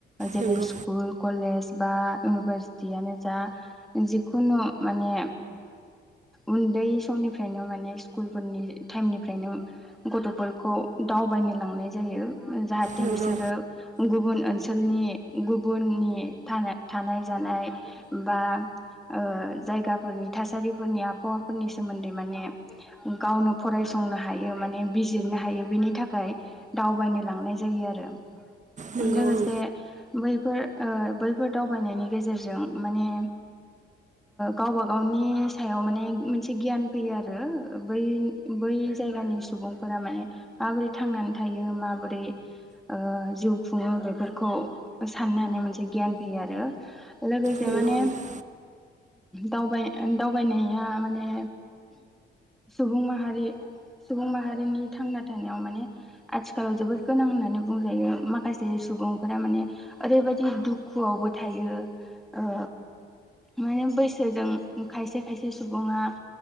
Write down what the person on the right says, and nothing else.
नंगौ
नंगौ
नंगौ
औ
नंगौ
नंगौ